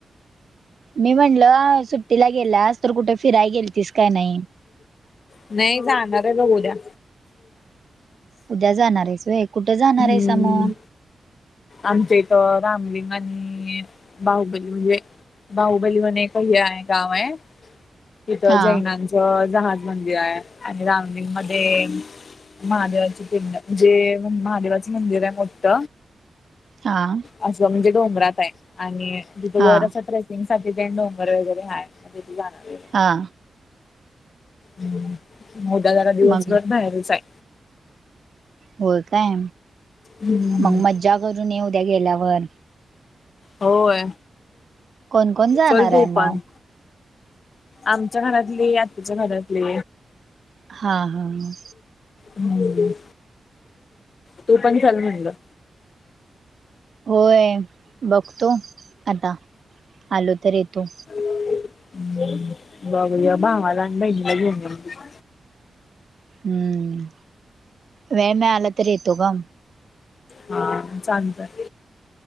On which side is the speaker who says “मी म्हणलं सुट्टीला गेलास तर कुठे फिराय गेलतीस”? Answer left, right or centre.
Right